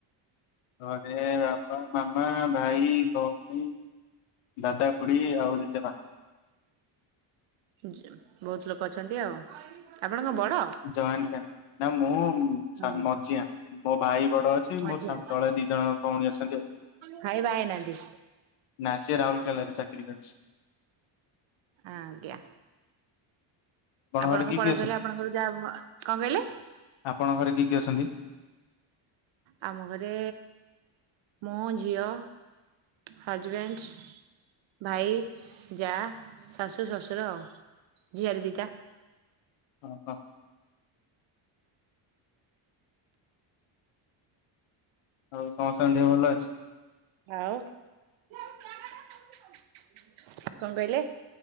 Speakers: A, on the left; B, on the right.
A: ଘରେ ବାପା, ମାମା, ଭାଇ, ଭଉଣୀ ଦାଦା, ଖୁଡ଼ି ଆଉ ଜେଜେବାପା।
B: ଜ ବୋହୁତ୍ ଲୋକ ଅଛନ୍ତି ଆଉ, ଆପଣ କଣ ବଡ଼?
A: ଜଏଣ୍ଟ ଫ୍ୟାମିଲି ନା ମୁଁ
B: ହୁଁ
A: ସା ମଝିଆଁ ମୋ ଭାଇ ବଡ଼ ଅଛି
B: ମଝିଆ
A: ମୋ ସ ତଳେ ଦି ଜଣ ଭଉଣୀ ଅଛନ୍ତି ଆଉ।
B: ଭାଇ ବାହାହେଇନାହାନ୍ତି?
A: ନା ସିଏ ରାଉଲକେଲାରେ ଚାକିରି କରିଛି।
B: ଆଜ୍ଞା। ଆପଣଙ୍କ
A: ଘରେ କିଏ
B: ପଢ଼ା
A: କିଏ ଅଛନ୍ତି?
B: ସଇଲେ ଆପଣଙ୍କର ଯାହା, କଣ କହିଲେ?
A: ଆପଣଙ୍କ ଘରେ କିଏ କିଏ ଅଛନ୍ତି?
B: ଆମ ଘରେ ମୁଁ, ଝିଅ ହଜ୍ ବେଣ୍ଟ ଭାଇ, ଯା, ଶାଶୁ, ଶଶୁର ଆଉ, ଝିଆରି ଦିଇଟା।
A: ଓହୋ। ଆଉ ସମସ୍ତଙ୍କ ଦେହ ଭଲ ଅଛି?
B: ଆଉ, <unintelligible> କଣ କହିଲେ?